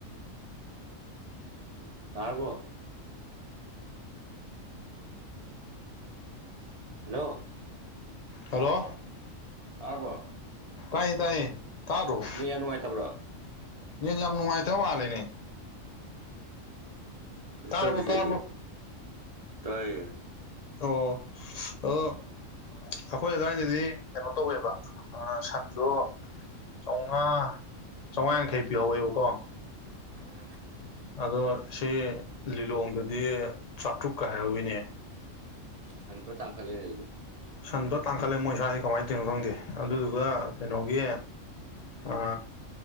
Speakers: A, on the right (about 50°); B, on the left (about 40°).
A: ꯇꯥꯔꯕꯣ ꯍꯜꯂꯣ
B: ꯍꯜꯂꯣ
A: ꯇꯥꯔꯕꯣ
B: ꯇꯥꯏꯌ‌ꯦ ꯇꯥꯏꯌ‌ꯦ ꯇꯥꯗ꯭ꯔ‌ꯣ
A: ꯌꯥ ꯅꯨꯡꯉꯥꯏꯇꯕ꯭ꯔꯣ
B: ꯅ ꯌꯥꯝ ꯅꯨꯡꯉꯥꯏꯇꯕ ꯃꯥꯂꯦꯅꯦ
A: ꯀꯩꯁꯨ
B: ꯇꯥꯔꯕꯣ
A: ꯇꯧꯗꯦ
B: ꯇꯥꯔꯕꯣ
A: ꯁꯤꯗꯗꯤ ꯇꯥꯏꯌꯦ
B: ꯑꯣ ꯑꯣ ꯑꯩꯈꯣꯏ ꯑꯗꯨꯋꯥꯏꯗꯗꯤ ꯀꯩꯅꯣ ꯇꯧꯋꯦꯕ ꯁꯟꯗꯣ ꯆꯧꯉꯥ ꯆꯧꯉꯥ ꯌꯥꯡꯈꯩ ꯄꯤꯍꯧꯋꯦꯕꯀꯣ
A: <unintelligible>
B: ꯑꯗꯣ ꯁꯤ ꯂꯤꯂꯣꯡꯗꯗꯤ ꯆꯥꯇ꯭ꯔꯨꯛꯀ ꯍꯥꯏꯍꯧꯋꯤꯅꯦ
A: ꯁꯟ ꯐ ꯇꯥꯡꯈꯠꯂꯦ ꯑꯗꯨꯗꯤ
B: ꯁꯟꯗꯣ ꯇꯥꯡꯈꯠꯂꯦ ꯃꯣꯏ ꯁꯋꯥꯏꯁꯤ ꯀꯃꯥꯏꯅ ꯇꯧꯔꯤꯅꯣ ꯈꯪꯗꯦ ꯑꯗꯨꯗꯨꯒ ꯀꯩꯅꯣꯒꯤ ꯑ